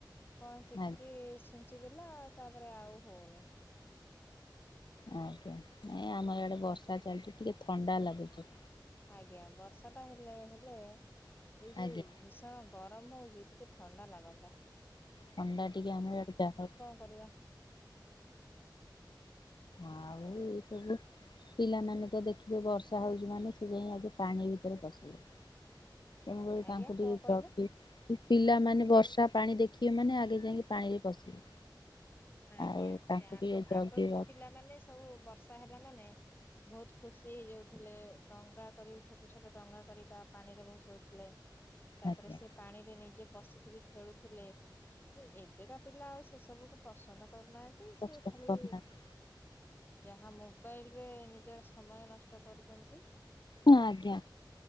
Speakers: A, on the left (about 25°); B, on the left (about 70°).
A: କଣ ଟିକେ
B: ଆଜ୍ଞା
A: ଛିଞ୍ଚିଦେଲା ତାପରେ ଆଉ ହଉନି।
B: ଆଜ୍ଞା ନାଇ ଆମ ଏଆଡେ ବର୍ଷା ଚାଲିଛି ଟିକେ ଥଣ୍ଡା ଲାଗୁଛି।
A: ଆଜ୍ଞା ବର୍ଷା ଟା ହେଲେ ହେଲେ ଏଇ ଯୋଉ
B: ଆଜ୍ଞା
A: ଭୀଷଣ ଗରମ ହଉଛି ଟିକେ ଥଣ୍ଡା ଲାଗନ୍ତା।
B: ଥଣ୍ଡାଟିିକେ ଆମର ଆଡକେ ଆ
A: ପରିବା।
B: ଆଉ ଏ ସବୁ ପିଲାମାନେ ତ ଦେଖିବେ ବର୍ଷା ହଉଛି ମାନେ ସେ ଯାଇ ଆଗେ ପାଣି ଭିତରେ ପଶିବେ। ତେଣୁକରି
A: ଆଜ୍ଞା
B: ତାଙ୍କୁ ଟିକେ
A: କଣ କହିଲେ?
B: ଜବ ଦି ଇ ପିଲାମାନେେ ବର୍ଷା ପାଣି ଦେଖିବେ ମାନେ ଆଗେ ଯାଇକି ପାଣିରେ ପଶିବେ।
A: ଆଜ୍ଞା
B: ଆଉ
A: ସେ
B: ତାଙ୍କୁ
A: ଆଗ
B: ଟିକେ ଜଗିବା
A: ଆଗ ଯୁଗ ପିଲାମାନେେ ସବୁ ବର୍ଷା ହେଲା ମାନେ ବହୁତ ଖୁସି ହେଇଯାଉଥିଲେ। ଡଙ୍ଗା କରି ଛୋଟ ଛୋଟ ଡଙ୍ଗା କରିକା ପାଣିରେ ଭସଉଥିଲେ। ତାପରେ
B: ଆଜ୍ଞା
A: ସେ ପାଣିରେ ନିଜେ ପଶିକି ବି ଖେଳୁଥିଲେ ଏବେକା ପିଲା ଆ ସେ ସବୁକୁ ପସନ୍ଦ କରୁନାହାନ୍ତି।
B: ପସନ୍ଦ
A: ସେ ଖାଲି
B: କରୁନାହାନ୍ତି
A: ଯାହା ମୋବାଇଲ ରେ ନିଜର ସମୟ ନଷ୍ଟ କରୁଛନ୍ତି।
B: ହଁ ଆଜ୍ଞା